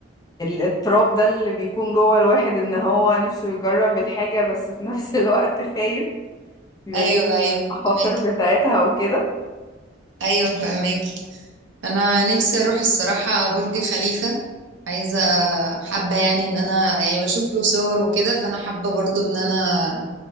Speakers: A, on the left (about 20°); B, on the right (about 80°).
A: التراب ده اللي بيكون جوه الواحد ان هو نفسه يجرب الحاجة بس في <laughs> نفس الوقت خايف من
B: ايوه ايوه
A: المخاطر
B: فهماكي.
A: بتاعتها وكده
B: ايوه فهماكي انا نفسي اروح الصراحه برج خليفه عايزه حابه يعني ان انا يعني بشوف له صور وكده فانا حابه برضو ان انا